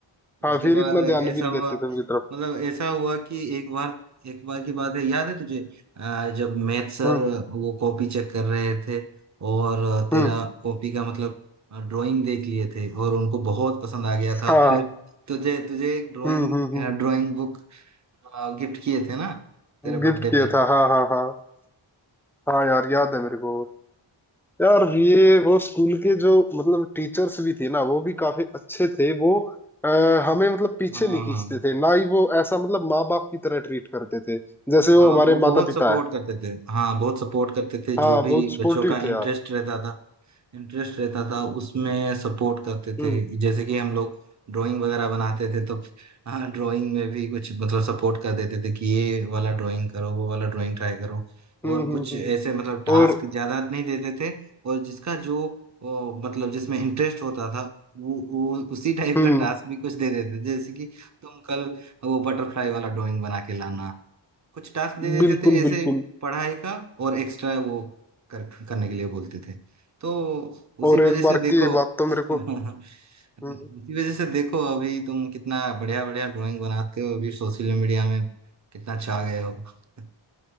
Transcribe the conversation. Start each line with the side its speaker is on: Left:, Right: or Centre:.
Centre: हाँ
Right: उसके
Centre: फिर
Right: बाद
Centre: इतना
Right: ऐसा
Centre: ध्यान भी नहीं देते
Right: हुआ
Centre: थे उनकी तरफ
Right: मतलब ऐसा हुआ कि एक बार एक बार की बात है याद है तुझे अ, जब मैथ सर
Centre: हम्म
Right: वो कॉपी चेक कर रहे थे और तेरा
Centre: हम्म
Right: कॉपी का मतलब ड्राइंग देख लिए थे और उनको बहुत पसंद आ गया
Centre: हाँ
Right: था फिर तुझे तुझे एक ड्राइंग
Centre: हम्म हम्म हम्म
Right: ड्राइंग बुक गिफ्ट किए थे ना तेरे
Centre: गिफ्ट
Right: बर्थडे
Centre: किया
Right: पर
Centre: था हाँ हाँ हाँ हाँ यार याद है मेरे को यार ये वो स्कूल के जो मतलब टीचर्स भी थे ना वो भी काफी अच्छे थे वो आ, हमें मतलब पीछे
Right: हाँ
Centre: नहीं
Right: हाँ
Centre: खींचते थे ना ही वो ऐसा मतलब माँ बाप की तरह ट्रीट करते थे जैसे
Right: हाँ
Centre: वो हमारे
Right: वो बहुत
Centre: माता पिता
Right: सपोर्ट
Centre: है
Right: करते थे हाँ बहुत सपोर्ट करते थे
Centre: हाँ
Right: जो भी
Centre: बहुत सपोर्टिव
Right: बच्चों का
Centre: थे
Right: इंटरेस्ट
Centre: यार
Right: रहता था इंटरेस्ट रहता था उसमें सपोर्ट करते
Centre: हम्म
Right: थे जैसे कि हम लोग ड्राइंग वगैरह बनाते थे तो <laughs> हाँ ड्राइंग में भी कुछ मतलब सपोर्ट कर देते थे कि ये वाला ड्राइंग करो वो वाला ड्राइंग ट्राई करो
Centre: हम्म
Right: और
Centre: हम्म
Right: कुछ
Centre: हम्म
Right: ऐसे मतलब टास्क
Centre: और
Right: ज्यादा नहीं देते थे और जिसका जो वो, मतलब जिसमें इंटरेस्ट होता था वो, वो उसी टाइप
Centre: हम्म
Right: का टास्क भी कुछ दे देते थे जैसे कि तुम कल वो बटरफ्लाई वाला ड्राइंग बना के लाना कुछ टास्क दे देते
Centre: बिल्कुल
Right: थे ऐसे
Centre: बिल्कुल
Right: पढ़ाई का और एक्स्ट्रा वो कर, करने के लिए बोलते थे तो उसी
Centre: और
Right: वजह
Centre: एक
Right: से
Centre: बार
Right: देखो
Centre: की बात तो
Right: <laughs>
Centre: मेरे
Right: उसी
Centre: को हम्म,
Right: वजह से देखो अभी तुम कितना बढ़िया बढ़िया ड्राइंग बनाते हो अभी सोशल मीडिया में कितना छा गए हो <laughs>